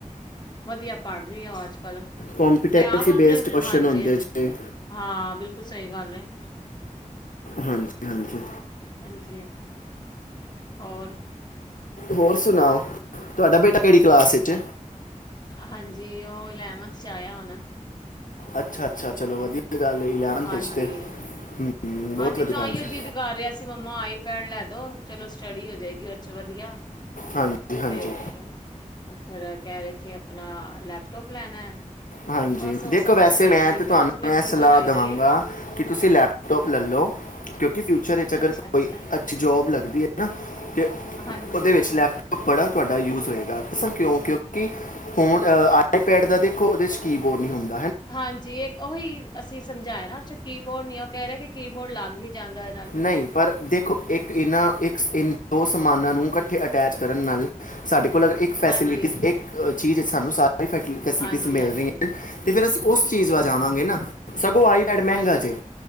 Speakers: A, on the left; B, on the left.
A: ਵਧੀਆ ਪੜ੍ਹ ਰਹੀ ਔ ਅੱਜ ਕੱਲ੍ਹ,
B: ਕੰਪੀਟੈਂਸੀ
A: ਮੈਂ ਆਪ
B: ਬੇਸਡ
A: ਅਪਣੇ
B: ਕੁਐਸਚਨ
A: ਹਾਂਜੀ,
B: ਹੁੰਦੇ
A: ਹਾਂਜੀ
B: ਜੀ
A: ਹਾਂ, ਬਿਲਕੁਲ ਸਹੀ ਗੱਲ ਐ। <inaudible>
B: ਹਾਂਜੀ, ਹਾਂਜੀ।
A: ਹਾਂਜੀ। ਹੋਰ
B: ਹੋਰ ਸੁਣਾਓ, ਤੁਹਾਡਾ ਬੇਟਾ ਕਿਹੜੀ ਕਲਾਸ ਇੱਚ।
A: ਹਾਂਜੀ, ਉਹ ਇਲੈਵੰਥ ਚ ਆਇਆ ਹੁਣ।
B: ਅੱਛਾ, ਅੱਛਾ ਚਲੋ ਵਧੀਆ। ਗੱਲ ਹੈ
A: ਹਾਂਜੀ,
B: ਵਿੱਚ ਤੇ ਹਮ, ਬਹੁਤ
A: ਹਾਂਜੀ
B: ਵਧੀਆ
A: ਤਾਂ
B: ਗੱਲ
A: ਹੀ ਔ
B: ਹੈ
A: ਜਿਦ ਕਰ ਰਿਹਾ ਸੀ ਮੰਮਾ ਆਈਪੈਡ ਲੈ ਦੋ ਚਲੋ ਸਟੱਡੀ ਹੋ ਜਾਏਗੀ ਉਰੇ ਚ ਵਧੀਆ।
B: ਹਾਂਜੀ ਹਾਂਜੀ
A: ਤੇ ਔ ਫੇਰ ਏ ਕਹਿ ਰਹੇ ਕੇ ਅਪਣਾ ਲੈਪਟੋਪ ਲੈਣਾ
B: ਹਾਂਜੀ,
A: ਬਸ ਉਹ
B: ਦੇਖੋ
A: ਸਮਝ
B: ਵੈਸੇ
A: ਨੀ
B: ਮੈਂ
A: ਆ ਰਹੀ
B: ਤੇ ਤੁਹਾਨੂੰ
A: ਦੋਨਾਂ ਚ ਕਨਫਿਊਜਨ
B: ਏਹ ਸਲ ਲਾ
A: ਹੋਈ
B: ਦੇਵਾਂਗਾ
A: ਦੀ ਏ,
B: ਕਿ ਤੁਸੀਂ ਲੈਪਟੋਪ ਲਲੋ ਕਿਉਂਕਿ ਫਿਯੁ ਫਿਯੁਚਰ ਚ ਅਗਰ
A: ਅੱਛਾ-ਅੱਛਾ,
B: ਕੋਈ ਅੱਛੀ ਜੋਬ ਲੱਗਦੀ ਏਨਾਂ ਤੇ
A: ਹਾਂਜੀ।
B: ਉਹਦੇ ਵਿੱਚ ਲੈਪਟਾਪ ਬੜਾ ਤੁਹਾਡਾ ਯੂਜ ਹੋਏਗਾ, ਦੱਸਾਂ ਕਿਉਂ? ਕਿਉਂਕਿ ਹੁਣ ਆਈਪੈਡ ਦਾ ਤੇ ਦੇਖੋ ਉਹਦੇ ਚ ਕੀਬੋਰਡ ਨ੍ਹੀਂ ਹੁੰਦਾ।
A: ਹਾਂਜੀ, ਇਹ ਉਹੀ ਅਸੀਂ ਸਮਝਾਏ ਨਾ ਕੀ ਬੋਰਡ ਨੀ ਉਹ ਕਹਿ ਰਿਹਾ ਕਿ ਕੀਬੋਰਡ ਲੱਗ ਵੀ ਜਾਂਦਾ ਉਹਦੇ ਨਾਲ
B: ਨਈਂ ਪਰ ਦੇਖੋ ਇੱਕ ਇਹਨਾਂ ਇੱਕ ਇਨ ਦੋ ਸਮਾਨਾਂ ਨੂੰ ਇਕੱਠੇ ਅਟੈਚ ਕਰਨ ਨਾਲ ਸਾਡੇ ਕੋਲ ਅਗਰ ਇੱਕ ਫੈਸਿਲਿਟੀਜ਼
A: ਹਾਂਜੀ,
B: ਇੱਕ ਚੀਜ਼ ਸਾਨੂੰ ਸ ਫੈਸਿਲਿਟੀ
A: ਹਾਂਜੀ,
B: ਮਿਲ
A: ਹਾਂਜੀ,
B: ਰਹੀਆਂ। ਅਤੇ ਫਿਰ ਅਸੀਂ ਉਸ ਚੀਜ਼ ਵੱਲ ਜਾਵਾਂਗੇ ਨਾ ਸਗੋਂ ਆਈ ਪੈਡ ਮਹਿੰਗਾ
A: ਹਾਂਜੀ
B: ਜੇ